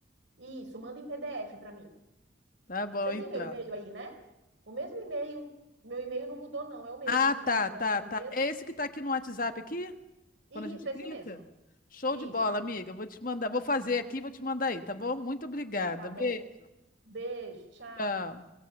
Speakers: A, on the right; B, on the left.
A: Isso, manda em PDF para mim.
B: Tá bom,
A: Você
B: então.
A: tem meu e-mail aí, né? O mesmo e-mail. Meu e-mail não mudou, não, é o mesmo.
B: Ah,
A: Se você
B: tá,
A: puder
B: tá,
A: mandar
B: tá.
A: no mesmo.
B: É esse que tá aqui no WhatsApp aqui?
A: Isso,
B: Quando a gente
A: é
B: clica?
A: esse mesmo.
B: Show
A: Isso.
B: de bola, amiga. Vou te mandar, vou fazer aqui, e vou te mandar aí, tá bom? Muito obrigada.
A: Tá bom.
B: Beijo.
A: Beijo, tchau.
B: Tchau.